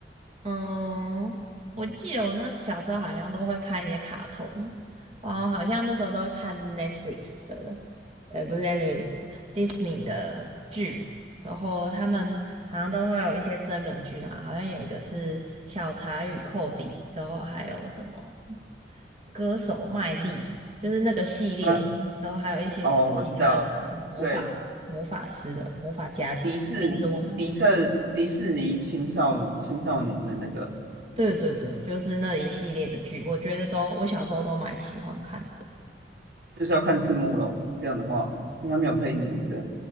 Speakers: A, on the right (about 35°); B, on the right (about 65°).
A: 嗯，我记得我那小时候好像都会看一些卡通，然后好像那时候都会看 Netflix 的，呃，不是 Netflix，Disney 的剧，然后他们好像都会有一些真人剧吧，好像有一个是《小茶与寇弟》，之后还有什么歌手麦莉，就是那个系列，
B: 啊，
A: 之后还有一些就其他的什么魔法魔法师的魔法家庭，
B: 哦，我知道，对，迪士迪士迪士尼青少青少年的那个，
A: 名字忘了。对对对，就是那一系列的剧，我觉得都我小时候都蛮喜欢看的。
B: 就是要看字幕咯，这样的话，应该没有配音，对不对？